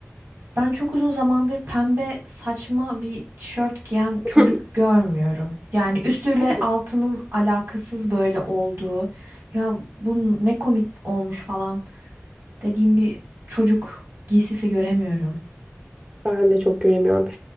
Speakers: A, on the right; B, on the right.
A: ben çok uzun zamandır pembe saçma bir tişört giyen çocuk
B: Hı. <laughs>
A: görmüyorum. Yani üstüyle
B: Ben de
A: altının alakasız böyle olduğu, ya bu ne komik olmuş falan dediğim bir çocuk giysisi göremiyorum.
B: ben de çok göremiyorum.